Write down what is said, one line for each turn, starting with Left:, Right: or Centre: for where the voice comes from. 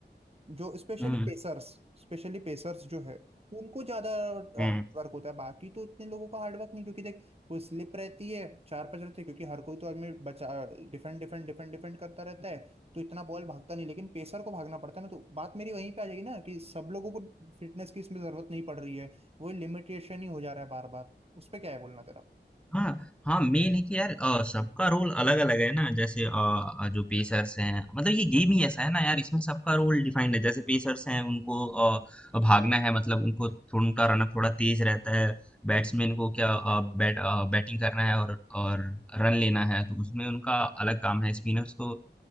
Right: जो स्पेशली
Centre: हम्म
Right: पेसर्स स्पेशली पेसर्स जो है उनको ज्यादा हार्डवर्क
Centre: हम्म
Right: होता है बाकी तो इतने लोगों का हार्डवर्क नहीं क्योंकि देख कोई स्लिप रहती है चार पांच रहते हैं क्योंकि हर कोई तो आदमी बचा डिफेंड डिफेंड डिफेंड डिफेंड करता रहता है तो इतना बॉल भागता नहीं लेकिन पेसर को भागना पड़ता है ना तो बात मेरी वहीं पे आ जाएगी ना कि सब लोगों को फिटनेस की इसमें जरूरत नहीं पड़ रही है वो लिमिटेशन ही हो जा रहा है बार बार उस पर क्या है बोलना तेरा
Centre: हाँ हाँ मेन है कि यार अ, सबका रोल अलग अलग है ना जैसे अ, जो पेसर्स हैं मतलब ये गेम ही ऐसा है ना यार इसमें सबका रोल डिफाइंड है जैसे पेसर्स हैं उनको अ, भागना है मतलब उनको थोड़ा उनका रनअप थोड़ा तेज रहता है बैट्समैन को क्या अ, बैट अ, बैटिंग करना है और और रन लेना है तो उसमें उनका अलग काम है स्पिनर्स को